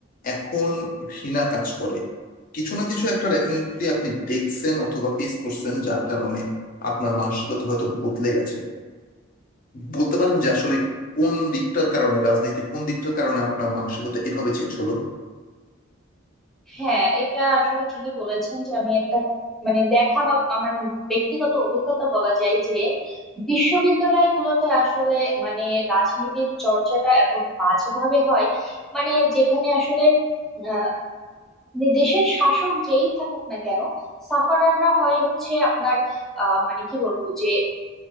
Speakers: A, on the left; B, in the centre.
A: এখন ঘৃণা কাজ করে কিছু না কিছু একটা ডেফিনেটলি আপনি দেখছেন অথবা ফেস করছেন যার কারণে আপনার মানসিকতা হয়তো বদলে গেছে বলতে পারেন যে আসলে কোন দিকটার কারণে রাজনীতির কোন দিকটার কারণে আপনার মানসিকতা এভাবে চেঞ্জ হলো
B: হ্যাঁ এটা আসলে ঠিকই বলেছেন যে আমি একটা মানে দেখা বা আমার ব্যক্তিগত অভিজ্ঞতা বলা যায় যে বিশ্ববিদ্যালয়গুলোতে আসলে মানে রাজনীতির চর্চাটা এত বাজেভাবে হয় মানে যেখানে আসলে আহ, মানে দেশের শাসক যেই থাকুক না কেন সাফারাররা হয় হচ্ছে আপনার আহ মানে কি বলবো যে